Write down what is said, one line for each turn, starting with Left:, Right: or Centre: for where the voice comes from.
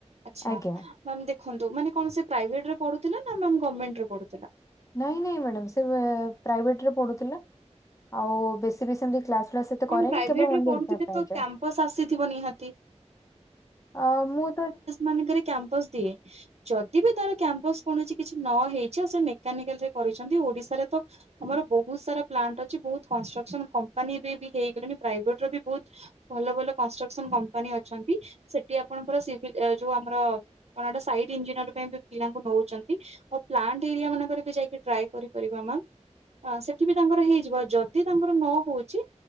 Right: ଆଚ୍ଛା।
Left: ଆଜ୍ଞା
Right: ମ୍ୟାମ୍ ଦେଖନ୍ତୁ ମାନେ କଣ ସେ ପ୍ରାଇଭେଟ ରେ ପଢୁଥିଲା ନା ମ୍ୟାମ ଗମେଣ୍ଟରେ ପଢୁଥିଲା?
Left: ନାହିଁ ନାହିଁ ମ୍ୟାଡ଼ାମ ସେ ପ୍ରାଇଭେଟରେ ପଢୁଥିଲା ଆଉ ବେଶୀ ବି ସେମିତି କ୍ଲାସ୍ କ୍ଲାସ୍ ସେତ
Right: ମ୍ୟାମ୍
Left: କରନି
Right: ପ୍ରାଇଭେଟ
Left: କେବଳ
Right: ରେ
Left: ଓନଲି
Right: ପଢୁଥିଲେ
Left: ଏକ୍ଜାମ୍ ପାଇଁ
Right: ତ
Left: ଯାଏ।
Right: କ୍ୟାମ୍ପସ ଆସିଥିବ ନିହାତି।
Left: ଅ ମୁଁ ତା
Right: ମାନେଙ୍କରେ କ୍ୟାମ୍ପସ ଦିଏ ଯଦି ବି ତାର କ୍ୟାମ୍ପସ କୌଣସି କିଛି ନ ହେଇଚି ଆଉ ସେ ମେକାନିକାଲରେ କରିଚନ୍ତି ଓଡ଼ିଶାରେ ତ ଆମର ବହୁତ ସାରା ପ୍ଲାଣ୍ଟ ଅଛି ବହୁତ କଂଷ୍ଟ୍ରକ୍ସନ କମ୍ପାନୀ ବି ବି ହେଇଗଲେଣି ପ୍ରାଇଭେଟରେ ବି ବହୁତ ଭଲ ଭଲ କନଷ୍ଟ୍ରକ୍ସନ କମ୍ପାନୀ ଅଛନ୍ତି ସେଠି ଆପଣଙ୍କର ସିଭିଲ ଏ ଯୋଉ ଆମର କଣ ଏଟା ସାଇଡ ଇଞ୍ଜିନିୟର ପାଇଁ ବି ପିଲାଙ୍କୁ ନଉଚନ୍ତି। ଆଉ ପ୍ଲାଣ୍ଟ ଏରିଆ ମାନଙ୍କରେ ଯାଇକି ଟ୍ରାଏ କରିପାରିବା ମ୍ୟାମ୍। ଅ ସେଠି ବି ତାଙ୍କର ହେଇଯିବ ଯଦି ତାଙ୍କର ନ ହଉଚି